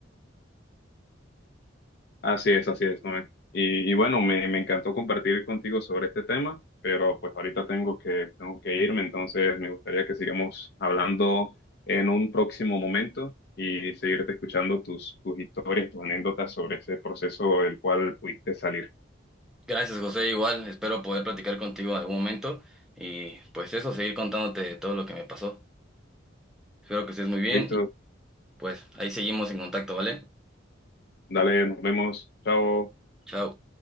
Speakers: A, on the left; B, in the centre.
A: Así es, así es, Noé. Y, y bueno, me, me encantó compartir contigo sobre este tema, pero pues ahorita tengo que, tengo que irme, entonces me gustaría que sigamos hablando en un próximo momento y seguirte escuchando tus, tus historias, tus anécdotas sobre ese proceso del cual pudiste salir.
B: Gracias, José, igual, espero poder platicar contigo en algún momento y pues eso, seguir contándote todo lo que me pasó. Espero que estés muy bien
A: Listo,
B: y pues ahí seguimos en contacto, ¿vale?
A: dale, nos vemos, chao.
B: Chao.